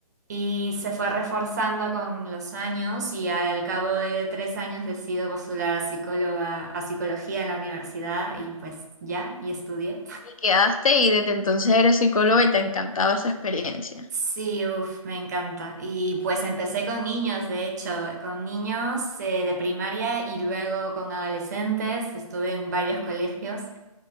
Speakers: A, on the right; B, on the left.
A: Y se fue reforzando con los años y al cabo de tres años decido postular a psicóloga, a psicología en la universidad y pues ya, y estudié.
B: Y quedaste y desde entonces eres psicóloga y te ha encantado esa experiencia.
A: Sí, uff, me encanta. Y pues empecé con niños, de hecho, con niños eh, de primaria y luego con adolescentes. Estuve en varios colegios